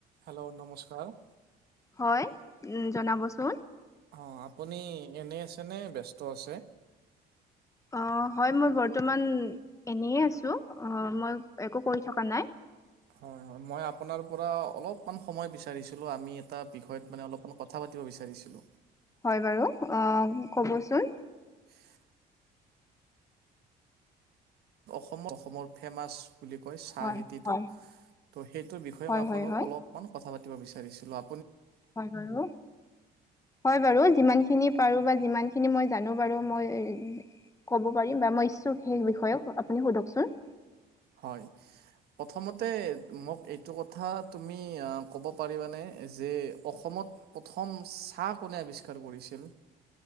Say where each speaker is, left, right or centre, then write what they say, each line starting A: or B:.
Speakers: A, on the right (about 70°); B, on the left (about 20°).
A: Hello নমস্কাৰ।
B: হয়, উ জনাবচোন।
A: অ, আপুনি এনেই আছে নে ব্যস্ত আছে
B: অ, হয় মই বৰ্তমান এনে আছো, মই একো কৰি থকা নাই।
A: হয়, হয় মই আপোনাৰ পৰা অলপমান সময় বিচাৰিছিলো। আমি এটা বিষয়ত মানে অলপমান কথা পাতিব বিচাৰিছিলো।
B: হয়, বাৰু অ ক'বচোন।
A: <unintelligible> অসমৰ অসমৰ ফেমাছ বুলি কয় চাহ
B: হয়
A: খেতিটো
B: হয়
A: ত' সেইটোৰ বিষয়ে
B: হয়
A: মই আপোনালোকক
B: হয় হয়
A: অলপমান কথা পাতিব বিচাৰিছিলো আ
B: হয় বাৰু হয় বাৰু। যিমান খিনি পাৰো বা যিমানখিনি মই জানো পাৰো মই ক'ব পাৰিম বা মই ইচ্ছুক সেই বিষয়ে আপুনি সোধকচোন।
A: হয়। প্ৰথমতে মোক এইটো কথা তুমি ক'ব পাৰিবানে, যে অসমত প্ৰথম চাহ কোনে আৱিষ্কাৰ কৰিছিল?